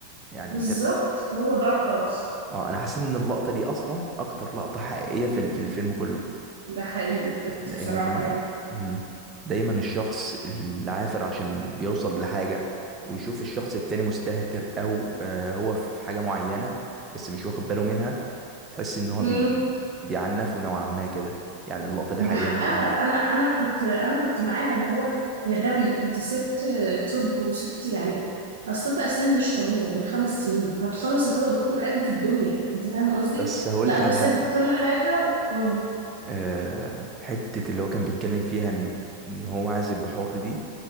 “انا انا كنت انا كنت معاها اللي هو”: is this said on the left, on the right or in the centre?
Right